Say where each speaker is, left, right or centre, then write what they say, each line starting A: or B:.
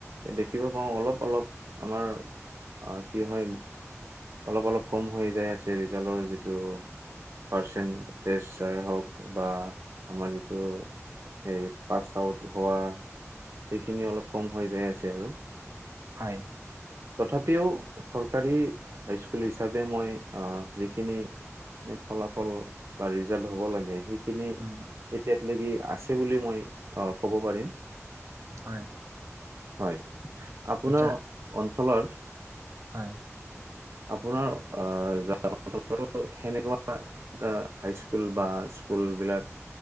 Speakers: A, on the right; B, on the right.
A: দেখিব পাও অলপ - অলপ আমাৰ কি হয় অলপ অলপ কম হৈ যাই আছে ৰিজাল্টৰ যিটো পৰ্চেন্ত তেজ চাই হওক বা আমাৰ যিটো সেই পাচ হোৱা সেইখিনি অলপ কম হৈ যাই আছে আৰু
B: হয়।
A: তথাপিও চৰকাৰী হাইস্কুল হিচাপে মই যিখিনি মে ফলাফল হল বা ৰিজাল্ট হব লাগে সেইখিন
B: উম
A: তেটিয়াক লেকি আছে বুলি মই ক'ব পাৰিম।
B: হয়
A: হয় আপোনাৰ
B: এতিয়া
A: অঞ্চলৰ
B: হয়,
A: আপোনাৰ গ অঞ্চলতো সেনেকুৱা এটা হাইস্কুল বা স্কুল বিলাক